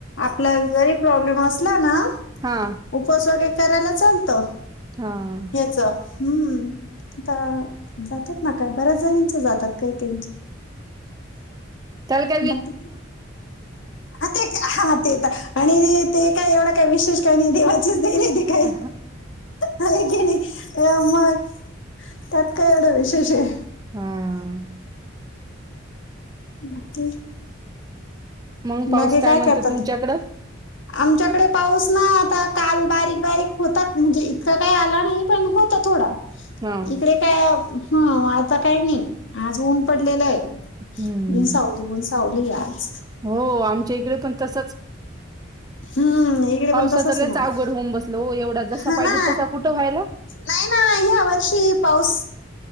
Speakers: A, on the left (about 70°); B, on the right (about 20°).
A: आपला जरी प्रॉब्लेम असला ना
B: हा
A: उपस वगरे करायला चालतं
B: हा.
A: हच हम्म आता जातात ना काय बऱ्याच जणींच जातात काही का
B: चल का <unintelligible>
A: बाकी ते का हा ते तर आणि ते काय एवढं काय विशेष का नाही देवाचीच देन आहे, ती काय
B: हो.
A: हाय की नाही हा मग त्यात काय एवढं विशेष आहे
B: हां.
A: बाकी
B: मग पाऊस
A: बागे काय
B: म्हणतो
A: करतात
B: तुमच्याकडं?
A: आमच्याकडे पाऊस ना आता काल बारीक बारीक होतात म्हणजे इतका काही आला नाही पण होत थोडा
B: हां.
A: इकडे का ह आता काही नाही आज ऊन पडलेलं आहे
B: हम्म.
A: नसावली ऊंण सावली आहेज
B: हो आमच्या इकडे पण तसच
A: हम्म इकडे
B: पावसाचं
A: पण तसच
B: लयच
A: आहे मग
B: अवघड होऊन बसलं हो एवढा जसा
A: हा
B: पाहिजे
A: ना
B: तसा कुठं व्हायला.
A: नाही ना ह्या वर्षी पाऊस